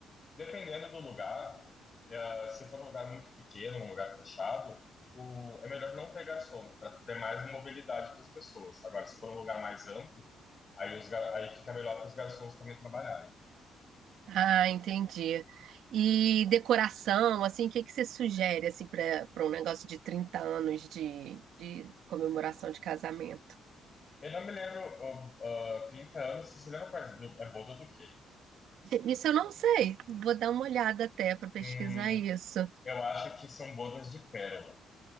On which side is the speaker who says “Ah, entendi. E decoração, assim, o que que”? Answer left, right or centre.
Right